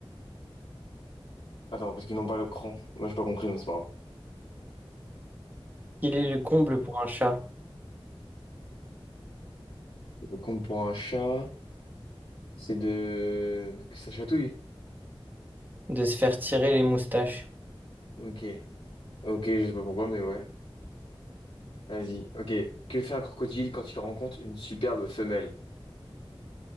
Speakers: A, on the left; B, on the right.
A: Attends, parce qu'ils n'ont pas le cran. Moi, j'ai pas compris, mais c'est pas grave.
B: Quel est le comble
A: Le
B: pour
A: cran.
B: un chat?
A: Le compte pour un chat, c'est de... Que ça chatouille?
B: De se faire tirer les moustaches.
A: Ok. Ok, je sais pas pourquoi, mais ouais. Vas-y. Ok. Que fait un crocodile quand il rencontre une superbe femelle?